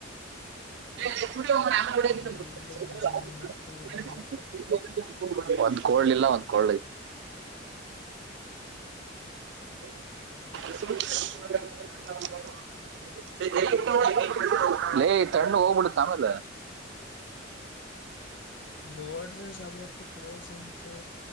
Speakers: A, on the right; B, on the left.
A: <unintelligible>
B: ಫುಲ್ಲು ಮಜಾ ಮಾಡ್ತವ್ರೆ
A: ಒಂದ್ ಕೋಲ್ಡ್ ಇಲ್ಲ ಒಂದ್ ಕೋಲ್ಡ್ ಐತ್. <unintelligible> ಲೇ ತಣ್ಣು ಹೋಗ್ಬಿಡುತ್ತ ಆಮೇಲೆ.
B: ಬೋರ್ಡ್ರಸ್ ಅಬೌಟ್ ಕ್ಲೋಸ್ ಅಂತೆ.